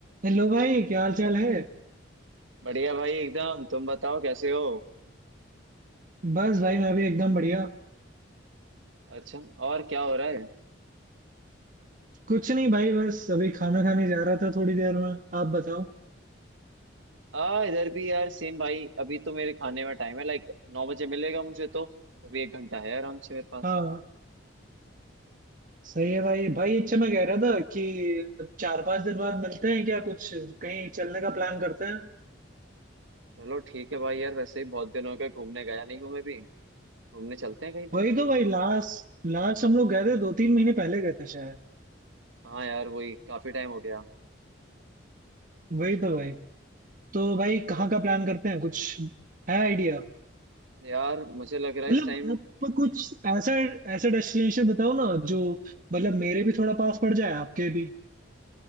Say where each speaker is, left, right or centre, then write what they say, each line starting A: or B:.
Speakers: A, on the right; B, on the right.
A: हेलो भाई क्या हाल चाल है
B: बढ़िया भाई एकदम तुम बताओ कैसे हो
A: बस भाई मैं भी एकदम बढ़िया
B: अच्छा और क्या हो रहा है
A: कुछ नहीं भाई बस अभी खाना खाने जा रहा था थोड़ी देर में आप बताओ
B: आ इधर भी यार सेम भाई अभी तो मेरे खाने में टाइम है लाइक नौ बजे मिलेगा मुझे तो अभी एक घंटा है आराम से मेरे पास
A: हाँ सही है भाई भाई अच्छा मैं कह रहा था कि चार पांच दिन बाद मिलते हैं क्या कुछ कहीं चलने का प्लान करते हैं
B: चलो ठीक है भाई यार वैसे ही बहुत दिन हो गए घूमने गया नहीं हूं मैं भी घूमने चलते हैं कहीं
A: वही
B: पे
A: तो भाई लास्ट लास्ट हम लोग गए थे दो तीन महीने पहले गए थे शायद
B: हाँ यार वही काफी टाइम हो गया
A: वही तो भाई तो भाई कहाँ
B: तो
A: का प्लान करते हैं कुछ है आइडिया
B: यार मुझे लग रहा है
A: मतलब
B: इस टाइम
A: आप कुछ ऐसा ऐसा डेस्टिनेशन बताओ ना जो मतलब मेरे भी थोड़ा पास पड़ जाए आपके भी